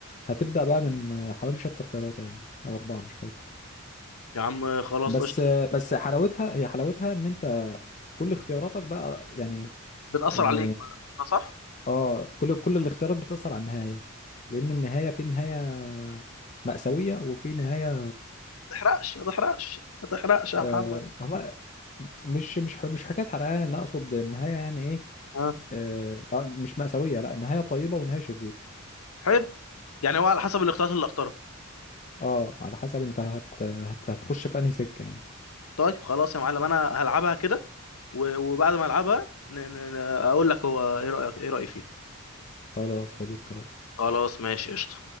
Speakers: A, on the left; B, on the left.
A: هتبدا بقى من حوالي شابتر ثلاثه يعني او اربعه مش فاكر
B: يا عم خلاص
A: بس
B: قشطه
A: بس حلاوتها هي حلاوتها ان انت كل اختياراتك بقى يعني
B: بتاثر
A: يعني
B: عليك ما... آه، صح
A: اه كل كل الاختيارات بتأثر على النهاية لأن النهاية في نهاية مأساوية وفي نهاية
B: ما تحرقش ما تحرقش ما تحرقش يا
A: آه
B: محمد
A: هما مش مش مش حكاية حرقانة أنا أقصد النهاية يعني إيه
B: اه
A: آه آه، مش مأساوية لا نهاية طيبة ونهاية شريرة
B: حلو يعني هو على حسب الاختيارات اللي اختارها
A: اه على حسب أنت هت هت- هتخش في أنهي سكة يعني
B: طيب خلاص يا معلم انا هلعبها كده و- وبعد ما العبها ن- ن- ن- اقول لك هو ايه رايك ايه رايي فيها
A: خلاص حلو الكلام
B: خلاص ماشي قشطه